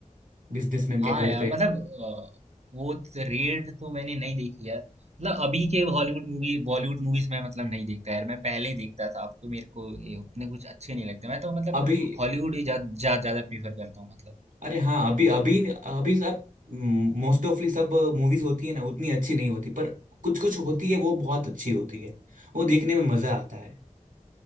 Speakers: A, on the right (about 80°); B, on the right (about 55°).
A: बिजनेसमैन
B: हाँ
A: के घर
B: यार
A: पे
B: मतलब अ, वो रेड तो मैंने नहीं देखी यार मतलब अभी के हॉलीवुड मूवी बॉलीवुड मूवीज में मतलब नहीं देखता यार मैं पहले देखता था आपको मेरे को ये उतने कुछ अच्छे नहीं लगते मैं तो मतलब
A: अभी
B: हॉलीवुड ही ज्यादा जा, जा, ज्यादा प्रीफर करता हूँ मतलब
A: अरे हाँ अभी अभी अभी सब मोस्ट ऑफली सब मूवीज होती है ना उतनी अच्छी नहीं होती पर कुछ कुछ होती है वो बहुत अच्छी होती है वो देखने में मजा आता है